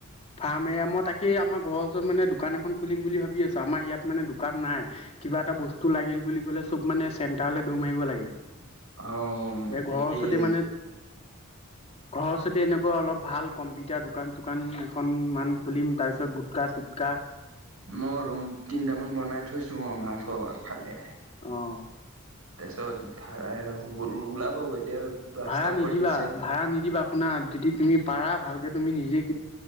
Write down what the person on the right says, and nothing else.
অ
একেই
মই ৰুম তিনটামান বনাই থৈছো আমাৰ ঘ ফালে
তাছত ভাড়া ও ও ওলাবগৈ এতিয়া প্লাষ্টাৰ
কৰি আছে।